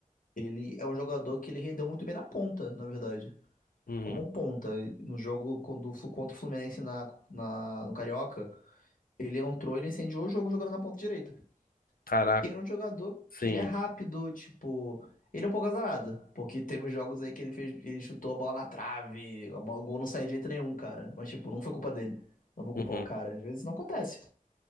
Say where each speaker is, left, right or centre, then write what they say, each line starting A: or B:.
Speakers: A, on the left; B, on the left.
A: Ele é um jogador que ele rendeu muito bem na ponta, na verdade.
B: Uhum.
A: Como um ponta. No jogo quando- contra o Fluminense na, na- no Carioca. Ele entrou, ele incendiou o jogo jogando na ponta direita.
B: Caraca.
A: Ele é um jogador
B: Sim.
A: que ele é rápido, tipo. Ele é um pouco azarado, porque teve jogos aí que ele fez, ele chutou a bola na trave, a bola, o gol não saiu de jeito nenhum, cara. Mas, tipo, não foi culpa dele. Não vou culpar
B: Uhum.
A: o cara. Às vezes não acontece.